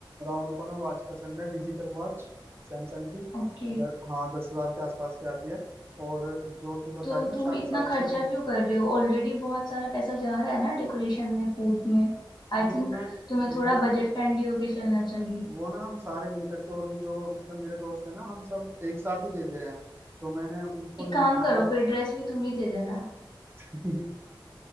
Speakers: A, on the right; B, on the left.
A: राहुल को ना वॉच पसंद है डिजिटल वॉच सैमसंग की
B: ओके
A: द, हाँ दस हजार के आसपास की आती है और जो तुम बता
B: तो
A: रही हो ना
B: तुम
A: शा,
B: इतना
A: साक्षी
B: खर्चा
A: को
B: क्यों कर रहे हो ऑलरेडी बहुत सारा पैसा जा रहा है ना डेकोरेशन में फूड में आई
A: नहीं
B: थिंक
A: मैं
B: तुम्हें थोड़ा
A: मैं ना
B: बजट फ्रेंडली होके चलना चाहिए
A: वो ना हम सारे मिल करके और भी जो मतलब मेरे दोस्त हैं ना हम सब एक साथ ही दे दे रहे हैं तो मैंने उनको
B: एक
A: इन-
B: काम
A: मतलब
B: करो फिर ड्रेस भी तुम ही दे देना
A: <laughs>